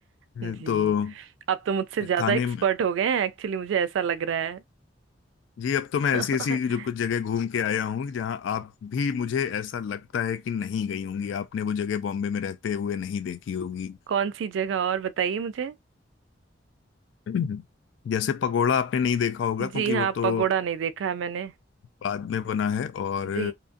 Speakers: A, on the right; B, on the left.
A: जी
B: <laughs> तो
A: आप तो मुझसे ज्यादा
B: थाने
A: एक्सपर्ट हो गए हैं एक्चुअली मुझे ऐसा लग रहा
B: जी अब तो मैं
A: है
B: ऐसी ऐसी
A: <laughs>
B: जो कुछ जगह घूम के आया हूँ जहाँ आप भी मुझे ऐसा लगता है कि नहीं गई होंगी आपने वो जगह बॉम्बे में रहते हुए नहीं देखी होगी
A: कौन सी जगह और बताइए मुझे
B: हम्म। जैसे पगोड़ा आपने नहीं देखा होगा क्योंकि
A: जी हाँ
B: वो तो
A: पगोड़ा नहीं देखा है मैंने
B: बाद में बना है और
A: जी